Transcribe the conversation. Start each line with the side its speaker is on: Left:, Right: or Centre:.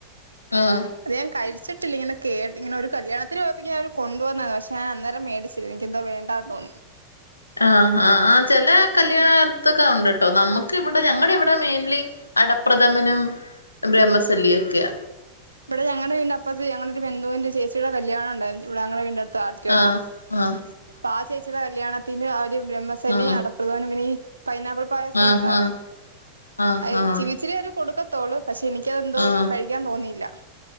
Left: ആഹ്
Right: അത് ഞാൻ കഴിച്ചിട്ട് കഴിഞ്ഞിറ്റില്ല ഇങ്ങനെ കേ ഇങ്ങനെ ഒരു കല്യാണത്തിന് പോയപ്പോ അവര് കൊണ്ടുവന്നത പക്ഷ ഞാൻ അന്നേം മേടിച്ചില്ല എനിക്ക്ന്തോ വേണ്ടാന്ന് തോന്നി
Left: ആഹ ആഹ് ആ് ചില കല്യാണത്തൊക്കെ ഉണ്ട്ട്ടോ നമ്മുക്ക് ഇവിടെ ഇവിടെ ഞങ്ങളുടെ ഇവിടെ മെയിൻലി അട പ്രഥമനും ബ്രഹ്മസല്യൊക്കെയ
Right: ഇവിടെ ഞങ്ങള വീടിന്റെ അപ്പറത്ത് ഞങ്ങളൊരു ബെന്തുവിന്റെ ചേച്ചിയുടെ കല്യാണം ഉണ്ടായിരുന്നു ഇവിടെ ഞങ്ങടെ വീടിന്റെ അടുത്ത്
Left: ആഹ് ആഹ്
Right: <unintelligible> പാ ചേച്ചിാ കല്യാണത്തിന് ബ്രഹ്മശലി
Left: ആഹ്
Right: അടപ്രദവനും പിന്നെ ഈ പൈനാപ്പിൾ പായസം
Left: ആഹ്
Right: ഉണ്ടായിരുന്നു
Left: ആഹ് ആഹ്
Right: അ
Left: ആഹ്
Right: ഇചിരിഇച്ചിരി കൊടുക്ക ത്തോളു പക്ഷേ എനിക്കതെന്തോ
Left: ആഹ്
Right: കഴിക്കാൻ തോന്നിയില്ല